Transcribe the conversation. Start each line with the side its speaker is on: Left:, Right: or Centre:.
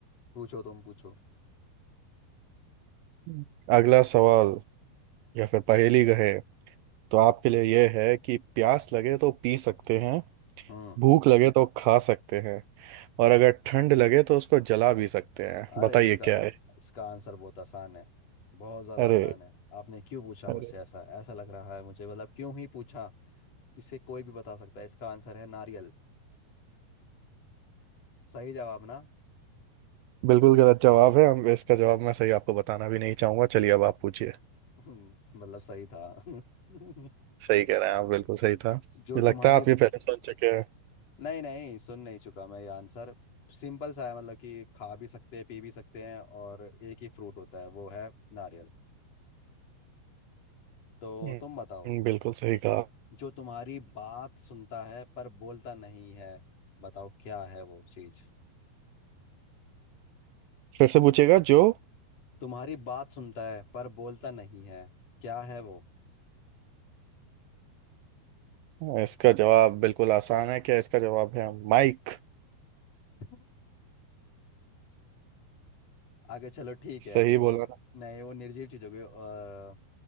Left: पूछो तुम पूछो
Right: हम्म। अगला सवाल या फिर पहेली कहे तो आपके लिए यह है कि प्यास लगे तो पी सकते हैं
Left: हम्म
Right: भूख लगे तो खा सकते हैं और अगर ठंड लगे तो उसको जला भी सकते हैं
Left: अरे
Right: बताइए
Left: इसका
Right: क्या है
Left: इसका आंसर बहुत आसान है बहुत ज्यादा
Right: अरे
Left: आसान है आपने क्यों पूछा मुझसे
Right: अरे
Left: ऐसा ऐसा लग रहा है मुझे मतलब क्यों ही पूछा इसे कोई भी बता सकता है इसका आंसर है नारियल सही जवाब ना
Right: बिल्कुल गलत जवाब है हम इसका जवाब मैं सही आपको बताना भी नहीं चाहूंगा चलिए अब आप पूछिए
Left: <laughs> मतलब सही था <laughs>
Right: सही कह रहे हैं आप बिल्कुल सही था मुझे
Left: जो तुम्हारी
Right: लगता है आप ये पहले सुन चुके हैं
Left: नहीं नहीं सुन नहीं चुका मैं ये आंसर सिंपल सा है मतलब कि खा भी सकते हैं पी भी सकते हैं और एक ही फ्रूट होता है वो है नारियल तो
Right: हम्म,
Left: तुम बताओ
Right: बिल्कुल सही कहा
Left: जो तुम्हारी बात सुनता है पर बोलता नहीं है बताओ क्या है वो चीज
Right: फिर से पूछेगा जो
Left: तुम्हारी बात सुनता है पर बोलता नहीं है क्या है वो
Right: इसका जवाब बिल्कुल आसान है क्या इसका जवाब है माइक
Left: <laughs> आगे चलो ठीक है
Right: सही
Left: वो
Right: बोला ना
Left: नहीं वो निर्जीव चीज होगी और